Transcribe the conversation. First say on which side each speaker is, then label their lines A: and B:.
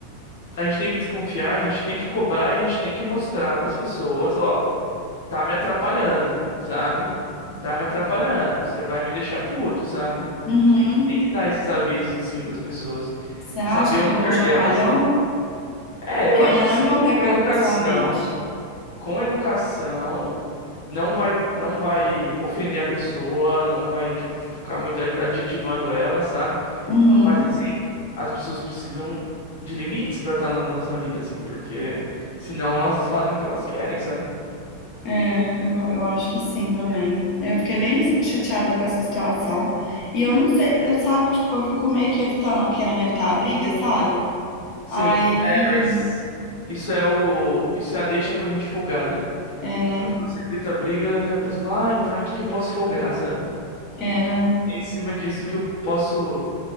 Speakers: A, on the left; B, on the left.
A: a gente tem que desconfiar, a gente tem que cobrar, e a gente tem que mostrar pras pessoas, ó, tá me atrapalhando, sabe? Tá me atrapalhando, você vai me deixar puto, sabe?
B: Uhum.
A: A gente tem que, tem que dar esses avisos assim pras pessoas,
B: Você acha
A: saber o
B: que
A: lugar
B: eu dou um chacoalhão?
A: delas, É,
B: Porque
A: eu acho
B: eu ainda
A: que
B: não
A: sim.
B: encontrei
A: Com
B: com
A: educação,
B: ela pessoalmente.
A: com educação, não vai, não vai ofender a pessoa, não vai, tipo, ficar muito ad- adjetivando ela, sabe?
B: Uhum.
A: Mas assim, as pessoas precisam de limites pra estar na nossa vida, assim, porque senão elas fazem o que elas querem, sabe?
B: É, eu, eu acho que sim também. Eu fiquei bem chateada com essa situação. E eu não sei, eu sabe, tipo, eu fico meio que evitando, querendo evitar a briga, sabe?
A: Sim,
B: Aí,
A: é, mas isso é o, isso é a deixa pra gente folgada.
B: é, né?
A: Quando você grita briga, a pessoa fala, ah, então é aqui que eu posso folgar, sabe?
B: É, né?
A: É Em cima disso que eu posso